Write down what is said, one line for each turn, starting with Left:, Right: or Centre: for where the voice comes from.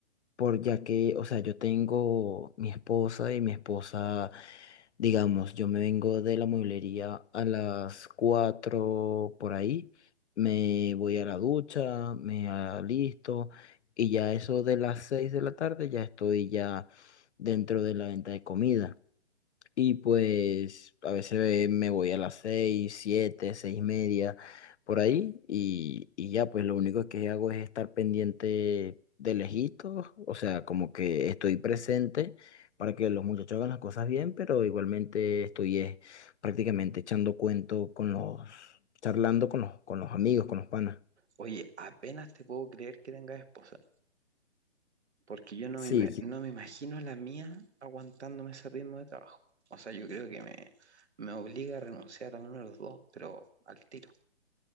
Left: por ya que, o sea, yo tengo mi esposa y mi esposa. Digamos, yo me vengo de la mueblería a las 4 por ahí, me voy a la ducha, me alisto y ya eso de las 6 de la tarde ya estoy ya dentro de la venta de comida. Y pues a veces eh, me voy a las seis, siete, seis y media, por ahí, y, y ya, pues lo único que hago es estar pendiente de lejitos, o sea, como que estoy presente para que los muchachos hagan las cosas bien, pero igualmente estoy eh, prácticamente echando cuento con los, charlando con los, con los amigos, con los panas.
Right: Oye, apenas te puedo creer que tengas esposa, porque yo no
Left: Sí,
Right: me, ima-
Left: sí.
Right: no me imagino la mía aguantándome ese ritmo de trabajo. O sea, yo creo que me, me obliga a renunciar a uno de los dos, pero al tiro.